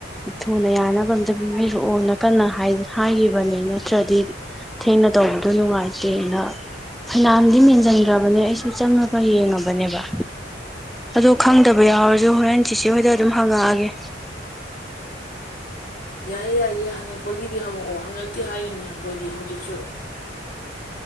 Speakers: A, in the centre; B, on the left.
A: ꯊꯨꯅ ꯌꯥꯅꯕ ꯑꯝꯇ ꯄꯤꯕꯤꯔꯛꯑꯣꯅ ꯀꯟꯅ ꯍꯥꯏꯈꯤꯕꯅꯤ ꯅꯠꯇ꯭ꯔꯗꯤ ꯊꯦꯡꯅ ꯇꯧꯕꯗꯣ ꯅꯨꯡꯉꯥꯏꯇ ꯇꯦꯅ ꯐꯅꯋꯥꯝꯗꯤ ꯃꯦꯟꯁꯤꯟꯈ꯭ꯔꯕꯅꯦ ꯑꯩꯁꯨ ꯆꯪꯉꯒ ꯌꯦꯡꯉꯕꯅꯦꯕ ꯑꯗꯣ ꯈꯪꯗꯕ ꯌꯥꯎꯔꯁꯨ ꯍꯣꯔꯦꯟ ꯆꯤꯆꯦ ꯍꯣꯏꯗ ꯑꯗꯨꯝ ꯍꯪꯉꯛꯑꯒꯦ
B: ꯌꯥꯏꯌꯦ ꯌꯥꯏꯌꯦ ꯍꯪꯉꯛꯄꯒꯤꯗꯤ ꯍꯪꯉꯛꯑꯣ ꯍꯪꯉꯛꯇꯦ ꯍꯥꯏꯔꯤꯅꯤ ꯑꯩꯈꯣꯏꯗꯤ ꯍꯧꯖꯤꯛꯁꯨ